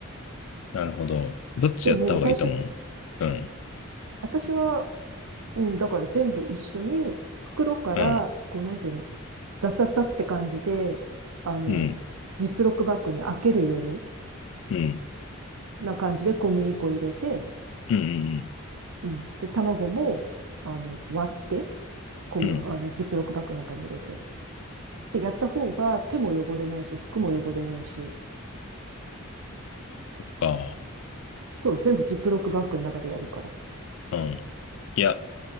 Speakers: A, on the left; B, on the right.
A: なるほど。どっちやった方がいいと思ううん、
B: でも最初、私は、うん、だから全部一緒に、袋から、
A: うん、
B: こうなんていうの、ザザザって感じで、あの、
A: うん、
B: ジップロックバッグに開けるように
A: うん、
B: な感じで小麦粉入れて、
A: うん、うん、
B: うん。で、卵も、あの、割って、こ麦あの、
A: うん、うん
B: ジップロックバッグの中に入れて。で、やった方が手も汚れないし、服も汚れないし、
A: か。
B: そう、全部ジップロックバッグの中でやるから。
A: うん。いや、